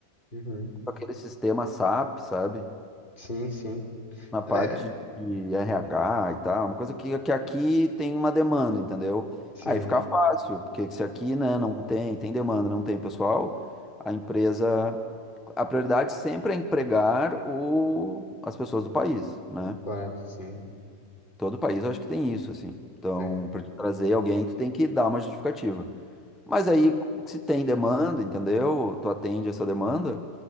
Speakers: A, on the left; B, in the centre.
A: Uhum.
B: com aquele sistema SAP, sabe?
A: Sim, sim.
B: Na parte
A: É,
B: de RH e tal, uma coisa que, que aqui tem uma demanda, entendeu?
A: sim,
B: Aí fica fácil, porque se aqui, né, não tem, tem demanda, não tem pessoal, a empresa. A prioridade sempre é empregar o, as pessoas do país, né?
A: claro, sim.
B: Todo país eu acho que tem isso, assim. Então,
A: Tem.
B: para trazer alguém, tu tem que dar uma justificativa. Mas aí, se tem demanda, entendeu? Tu atende essa demanda,